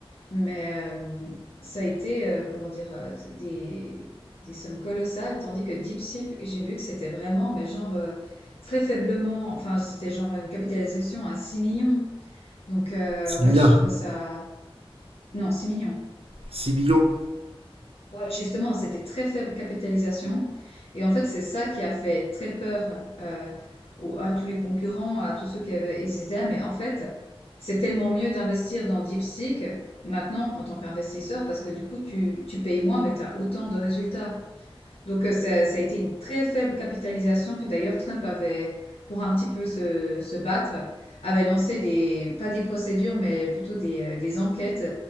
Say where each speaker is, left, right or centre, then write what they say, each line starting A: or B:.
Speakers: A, on the left; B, on the right.
A: Mais euh, ça a été, euh, comment dire, euh, des, des sommes colossales, tandis que Deep Seek, j'ai vu que c'était vraiment, mais genre, euh, très faiblement, enfin, c'était genre une capitalisation à 6 millions. Donc, euh,
B: Six
A: ouais,
B: milliards,
A: je trouvais ça... Non, 6 millions.
B: 6 millions.
A: Ouais, justement, c'était très faible capitalisation. Et en fait, c'est ça qui a fait très peur euh, au- à tous les concurrents, à tous ceux qui avaient, ils étaient. Mais en fait, c'est tellement mieux d'investir dans DeepSeek maintenant en tant qu'investisseur parce que du coup, tu, tu payes moins, mais tu as autant de résultats. Donc, euh, ça, ça a été une très faible capitalisation. Puis d'ailleurs, Trump avait, pour un petit peu se, se battre, avait lancé des, pas des procédures, mais plutôt des, euh, des enquêtes